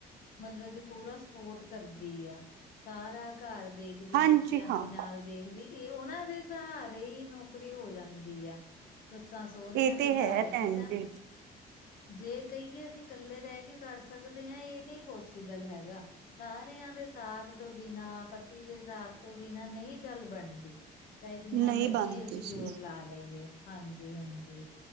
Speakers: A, on the left; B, on the right.
A: ਮਤਲਬ ਕਿ ਪੂਰਾ ਸਪੋਰਟ ਕਰਦੀ ਆ ਸਾਰਾ ਘਰ ਦੇਖ ਦੇਖਦੀ
B: ਹਾਂਜੀ
A: ਬੱਚਿਆਂ ਨੂੰ
B: ਹਾਂ
A: ਵੀ ਨਾਲ ਦੇਖਦੀ ਇਹ ਉਹਨਾਂ ਦੇ ਸਹਾਰੇ ਹੀ ਨੌਕਰੀ ਹੋ ਜਾਂਦੀ ਆ। ਸੱਸਾਂ ਸੋਹੁਰਿਆਂ
B: ਇਹ
A: ਦੇ
B: ਤੇ
A: ਸਹਾਰੇ
B: ਹੈ ਭੈਣ
A: ਨੀ ਤਾਂ
B: ਜੀ
A: ਜੇ ਕਹੀਏ ਅਸੀਂ ਇਕੱਲੇ ਰਹਿ ਕੇ ਕਰ ਸਕਦੇ ਹਾਂ ਇਹ ਨਹੀਂ ਪੋਸੀਬਲ ਹੈਗਾ। ਸਾਰਿਆਂ ਦੇ ਸਾਥ ਤੋਂ ਬਿਨਾਂ ਪਤੀ ਦੇ ਸਾਥ ਤੋਂ ਬਿਨਾਂ ਨਹੀਂ ਗੱਲ ਬਣਦੀ। ਚਾਹੇ ਜਿੰਨਾ
B: ਨਹੀਂ
A: ਮਰਜੀ
B: ਬਣਦੀ
A: ਅਸੀਂ
B: ਸੀ।
A: ਜ਼ੋਰ ਲਾ ਲਈਏ ਹਾਂਜੀ ਹਾਂਜੀ